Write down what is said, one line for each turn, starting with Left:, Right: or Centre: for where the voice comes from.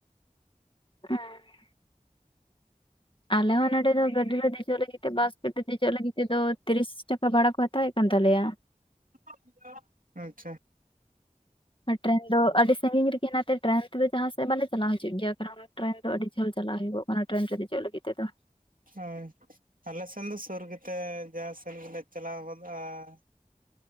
Left: ᱦᱮᱸ ᱟᱞᱮ ᱦᱚᱸ ᱱᱚᱰᱮ ᱫᱚ ᱜᱟᱹᱰᱤ ᱨᱮ ᱫᱮᱡᱚᱜ ᱞᱟᱹᱜᱤᱫ ᱛᱮ ᱵᱟᱥ ᱛᱮ ᱫᱮᱡᱚᱜ ᱞᱟᱹᱜᱤᱫ ᱛᱮᱫᱚ ᱛᱤᱨᱤᱥ ᱴᱟᱠᱟ ᱵᱷᱟᱲᱟ ᱠᱚ ᱦᱟᱛᱟᱣᱮᱫ ᱠᱟᱱ ᱛᱟᱞᱮᱭᱟ ᱾
Right: <unintelligible> ᱟᱪᱪᱷᱟ
Left: ᱟᱨ ᱴᱮᱨᱮᱱ ᱫᱚ ᱟᱹᱰᱤ ᱥᱟᱺᱜᱤᱧ ᱨᱮᱜᱮ ᱦᱮᱱᱟ ᱛᱮ ᱴᱮᱨᱮᱱ ᱛᱮᱫ ᱡᱟᱦᱟᱸ ᱥᱮᱫ ᱵᱟᱞᱮ ᱪᱟᱞᱟᱜᱣ ᱦᱤᱡᱩᱜ ᱜᱮᱭᱟ ᱾ ᱴᱮᱨᱮᱱ ᱫᱚ ᱟᱹᱰᱤ ᱡᱷᱟᱹᱞ ᱪᱟᱞᱟᱜ ᱦᱩᱭᱩᱜᱚᱜ ᱠᱟᱱᱟ ᱴᱮᱨᱮᱱ ᱨᱮ ᱫᱮᱡᱚᱜ ᱞᱟᱹᱜᱤᱫ ᱛᱮᱫᱚ ᱾
Right: ᱦᱳᱭ ᱟᱞᱮ ᱥᱮᱱ ᱫᱚ ᱥᱩᱨ ᱜᱮᱛᱮ ᱡᱟᱦᱟᱸ ᱥᱮᱱ ᱜᱮᱞᱮ ᱪᱟᱞᱟᱣ ᱜᱚᱫᱚᱜᱼᱟ ᱾